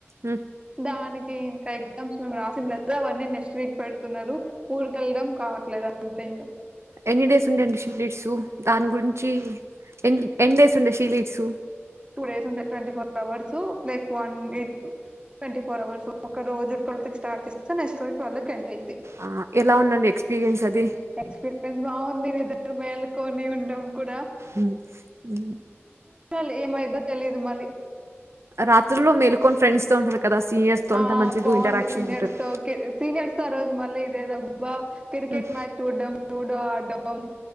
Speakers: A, on the right; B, on the right.
A: ఉ
B: దానికి ఇంకా ఎగ్జామ్స్ మేం రాసిన్ లేదు అవన్నీ నెక్స్ట్ వీక్ పెడుతున్నారు ఉరికేల్డం కావట్లేదు అంతే ఇంక
A: ఎన్ని డేస్ ఉండేండి షీలీడ్స్ దాని గురించి ఎ ఎండేసుండే షీల్డ్స్
B: టూ డేస్ ఉంటే twenty four hours like one ఎత్ ట్వంటీ ఫోర్ హార్స్ ఒక రోజు ట్వల్తి స్టార్ చేస్త నక్స్ట్ రోజు ట్వల్ కి ఎండ్ ఐంది
A: ఆ ఎలా ఉందండి ఎక్స్పీరియన్స్ అది
B: ఎక్స్పీరియన్స్ బాగుంది మీ ఇద్దరి మేలుకొని ఉండం కూడా
A: ఉమ్ ఉమ్
B: నేను ఎంత తెలిదు మళ్ళీ
A: రాత్రుల్లో మేల్కొని ఫ్రెండ్స్ తో కదా సీనియర్స్ తో
B: ఆ
A: అంతా మంచిగా
B: బాగుండే
A: ఇంటరాక్షన్
B: సీనియర్స్
A: ఉంటుంది
B: తో కి సీనియర్స్ తో ఆ రోజు మళ్ళీ లేదా బా క్రికెట్
A: ఉమ్
B: మ్యాచ్ చూడం లూడో ఆడం